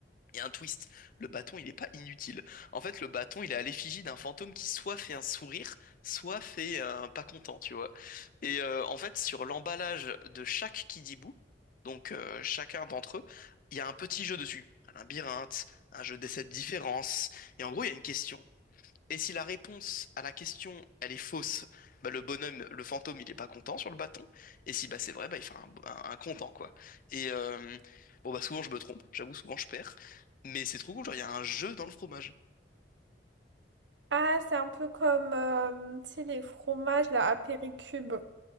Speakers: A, on the left; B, on the right.
A: Il y a un twist. Le bâton, il n'est pas inutile. En fait, le bâton, il est à l'effigie d'un fantôme qui soit fait un sourire, soit fait un pas content, tu vois. Et euh, en fait, sur l'emballage de chaque Kidibou, donc euh, chacun d'entre eux, il y a un petit jeu dessus. Un labyrinthe, un jeu des sept différences. Et en gros, il y a une question. Et si la réponse à la question, elle est fausse, bah, le bonhomme, le fantôme, il est pas content sur le bâton. Et si bah, c'est vrai, bah, il fait un, un- un content, quoi. Et euh, bon, bah, souvent, je me trompe. J'avoue, souvent, je perds. Mais c'est trop cool, genre, il y a un jeu dans le fromage.
B: Ah, c'est un peu comme, euh, tu sais, les fromages, là, à Péricube.